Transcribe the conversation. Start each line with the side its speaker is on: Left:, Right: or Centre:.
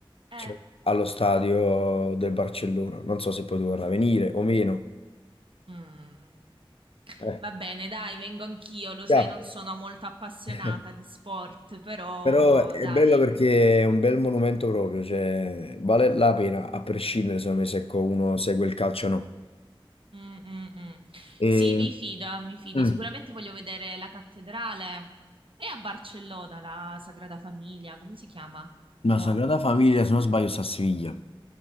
Right: Eh.
Left: cioè, allo stadio del Barcellona. Non so se poi tu vorrà venire o meno.
Right: Mm.
Left: Eh,
Right: Va bene, dai, vengo anch'io, lo sai,
Left: yeah.
Right: non sono molto appassionata
Left: <laughs>
Right: di sport, però
Left: Però è
Right: dai.
Left: bello perché è un bel monumento proprio, cioè vale la pena a prescindere secondo me se ecco, uno segue il calcio o no.
Right: Mm, mm, mm.
Left: E,
Right: Sì, mi fido, mi fido.
Left: mm,
Right: Sicuramente voglio vedere la cattedrale. È a Barcellona la Sagrada Famiglia, come si chiama?
Left: La
Right: No.
Left: Sagrada Famiglia, se non sbaglio, sta a Siviglia. se